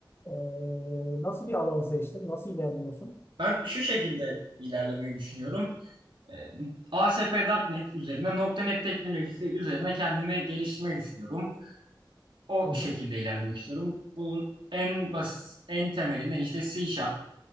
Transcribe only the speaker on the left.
Ee, nasıl bir alanı seçtin, nasıl ilerliyorsun?
Hı hı.